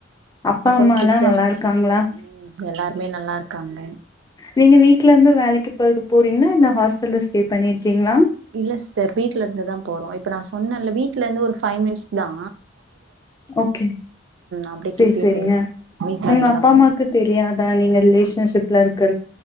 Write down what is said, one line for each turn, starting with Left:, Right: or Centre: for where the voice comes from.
Left: அப்பா
Right: அப்பறோ
Left: அம்மாலா
Right: சிஸ்டர்
Left: நல்லா இருக்காங்களா
Right: ம் எல்லாருமே நல்லா இரு க்காங்க
Left: நீங்க வீட்ல இருந்து வேலைக்கு போ போறீங்ளா இல்ல ஹாஸ்டல்ல ஸ்டே பண்ணியிருக்கீங்ளா?
Right: இல்ல சிஸ்டர் வீட்ல இருந்துதா போறோ இப்ப நா சொன்னேல்ல வீட்ல இருந்து ஒரு ஃபைவ் மினிட்ஸ்தா
Left: ஓகே
Right: அப்டியே
Left: சேரி
Right: கிட்டயே
Left: சேரிங்க
Right: போயிரு வீட்ல
Left: உங்க
Right: இருந்துதா
Left: அப்பா அம்மாக்கு
Right: போனு
Left: தெரியாதா நீங்க ரிலேஷன்ஷிப்ல இரு